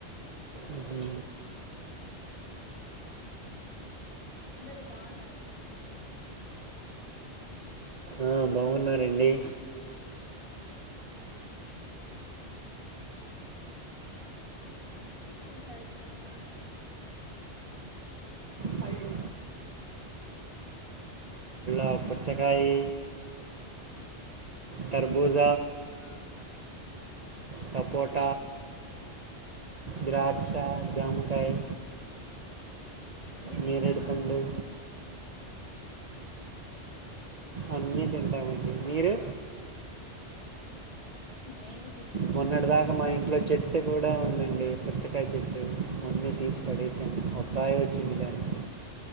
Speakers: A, on the right; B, on the left.
A: ఉహు
B: అందరు బాగున్నారే
A: ఆ బాగున్నారండి
B: చూసుకుంటారు <unintelligible>
A: పళ్ళు ఆ పుచ్చకాయీ కర్బుజ
B: ఆ
A: సపోట
B: ఉమ్
A: ద్రాక్ష జమకాయ్
B: అన్ని తింటావ
A: నేరేడు పండు అన్నీ తింటామండి మీరు
B: మేము
A: మొన్నటి దాక మా ఇంట్లో వ చె <unintelligible> కూడ ఉందండి పుచ్చకాయ చెట్టు మొన్న తీసి పడేసాం <unintelligible> వచ్చింది దానికి